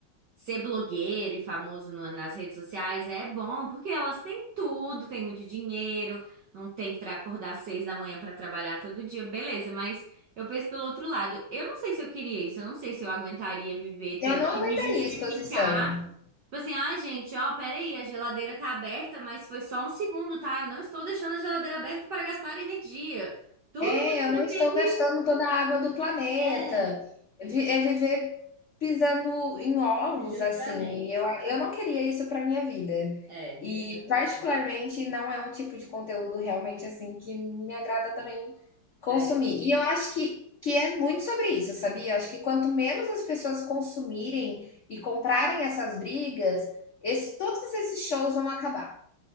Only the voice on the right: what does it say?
ser blogueiro e famoso no- nas redes sociais é bom, porque elas têm tudo, têm muito dinheiro, não tem que tra- acordar às seis da manhã para trabalhar todo dia, beleza, mas eu penso pelo outro lado, eu não sei se eu queria isso, eu não sei se eu aguentaria viver
tendo
que
me justificar.
Tipo assim, ah, gente, ó, peraí, a geladeira tá aberta, mas foi só um segundo, tá? Eu não estou deixando a geladeira aberta para gastar energia. Tudo
você
tem que.
É.
Justamente.
É,
exatamente.
É,